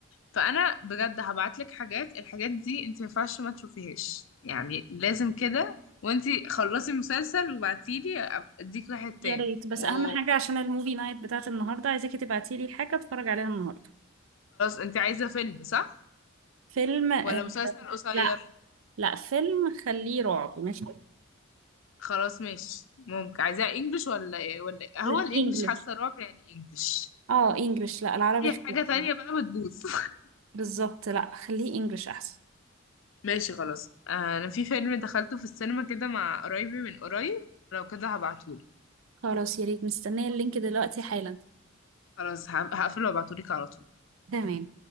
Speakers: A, on the left; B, on the right.
A: فانا بجد هبعتلك حاجات الحاجات دي انتي ما ينفعش ما تشوفيهاش يعني لازم كده وانتي خلصي مسلسل وبعتيلي أب- اديك واحد تاني
B: يا ريت بس
A: وخلاص
B: اهم حاجه عشان الموفي نايت بتاعت النهارده عايزاكي تبعتي لي حاجه اتفرج عليها النهارده
A: انتي عايزة فيلم صح
B: فيلم آه،
A: ولا مسلسل قصير
B: لا لا فيلم خليه رعب ماشي
A: خلاص ماشي ممكن عايزاها انجلش ولا ايه ولا ايه هو
B: لا
A: الانجلش
B: انجلش
A: حاسه رعب يعني انجلش
B: اه انجلش لا العربي
A: اي
B: خليه
A: حاجه تانية بقى بتبوظ <laughs>
B: بالظبط لا خليه انجلش احسن
A: ماشي خلاص آه، انا في فيلم دخلته في السينما كده مع قرايبي من قريب لو كده هبعتهولي
B: خلاص يا ريت مستنيه اللينك دلوقتي حالا
A: خلاص هقفل وابعتهولك على طول
B: تمام